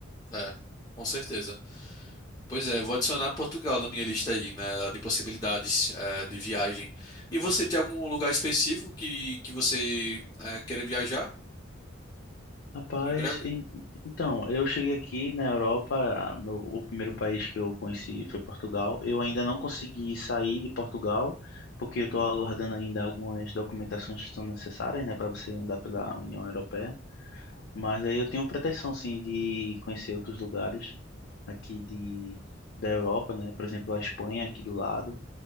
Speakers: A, on the left (about 20°); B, on the left (about 70°).
A: é, com certeza. Pois é, vou adicionar Portugal na minha lista aí, né, de possibilidades é, de viagem. E você tem algum lugar específico que, que você é, queira viajar
B: Rapaz,
A: em breve?
B: en- então, eu cheguei aqui na Europa, meu- o primeiro país que eu conheci foi Portugal. Eu ainda não consegui sair de Portugal, porque eu estou aguardando ainda algumas documentações que são necessárias, né, para você andar pela União Europeia. Mas aí eu tenho pretensão, sim, de conhecer outros lugares aqui de, da Europa, né? Por exemplo, a Espanha aqui do lado.